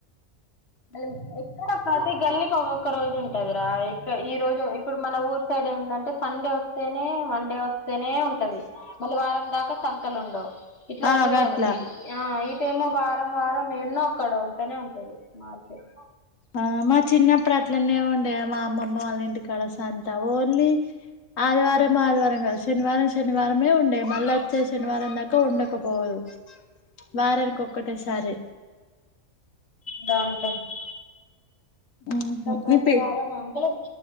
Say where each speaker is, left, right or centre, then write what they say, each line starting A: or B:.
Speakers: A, on the left; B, on the left.
A: మళ్ ఇక్కడ ప్రతి గల్లీకి ఒక్కొక్క రోజు ఉంటదిరా ఇక్క ఈ రోజు ఇప్పుడు మన ఊరు సైడ్ ఏందంటే సండే వస్తేనే మండే వస్తేనే ఉంటది మళ్ళీ వారం దాకా సంతలు ఉండవు ఇట్లా
B: ఆ
A: అటు
B: గట్లా
A: కాదు ఆ ఇ సేమో వారం వారం ఎన్నో అక్కడ ఉంటనే ఉంటది మార్కెట్
B: ఆ మా చిన్నప్పుడు అట్లనే ఏమి ఉండయా మా అమ్మమ్మ వాళ్ళ ఇంటికి కళస సంతవ ఓన్లీ ఆదివారం ఆదివారం కాదు శనివారం శనివారమే ఉండే మళ్ళీ వచ్చే శనివారం దాకా ఉండకపోదు వారానికి ఒక్కటేసారి
A: దా ఉంటడి
B: ఉహు
A: ఇ ప్రతి
B: మీ పే
A: వారం అంటే లైక్